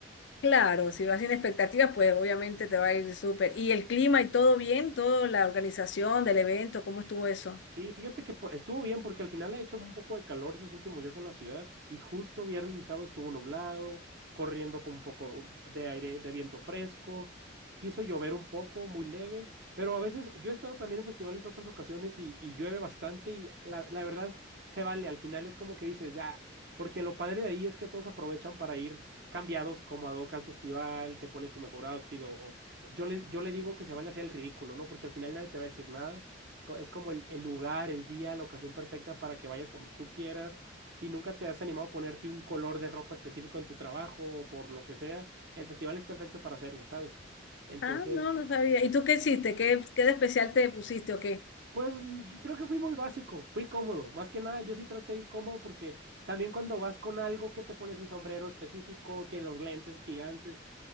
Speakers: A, on the left (about 65°); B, on the right (about 60°).
A: claro, si vas sin expectativas, pues obviamente te va a ir súper. ¿Y el clima y todo bien? ¿Toda la organización del evento? ¿Cómo estuvo eso?
B: Sí, fíjate que po- estuvo bien porque al final ha hecho un poco de calor esos últimos días en la ciudad y justo viernes y sábado estuvo nublado, corriendo con un poco de aire, de viento fresco, quiso llover un poco, muy leve, pero a veces yo he estado también en festivales otras ocasiones y, y llueve bastante y la, la verdad es- se vale, al final es como que dices, ya, porque lo padre de ahí es que todos aprovechan para ir cambiados como ad hoc al festival, te pones tu mejor outfit o, o- yo le, yo le digo que se vale hacer el ridículo, ¿no? Porque al final nadie te va a decir nada co- es como el, el lugar, el día, la ocasión perfecta para que vayas como tú quieras. Si nunca te has animado a ponerte un color de ropa específico en tu trabajo o por lo que sea, el festival es perfecto para hacerlo, ¿sabes? Entonces,
A: Ah, no, no sabía. ¿Y tú qué hiciste? ¿Qué, qué de especial te pusiste o qué?
B: pues mm, creo que fui muy básico, fui cómodo. Más que nada, yo sí traté de ir cómodo porque también cuando vas con algo que te pones el sombrero específico, que los lentes gigantes,